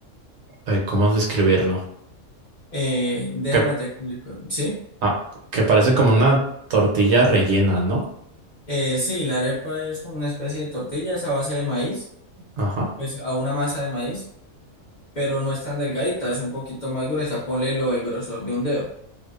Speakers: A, on the right; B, on the left.
A: eh, ¿cómo describirlo?
B: Eh, déjame
A: Que,
B: te explico, ¿sí?
A: ah, que parece como una tortilla rellena, ¿no?
B: Eh, sí, la arepa es como una especie de tortilla, es a base de maíz,
A: Ajá.
B: pues a una masa de maíz, pero no es tan delgadita, es un poquito más gruesa, ponle lo, el grosor de un dedo.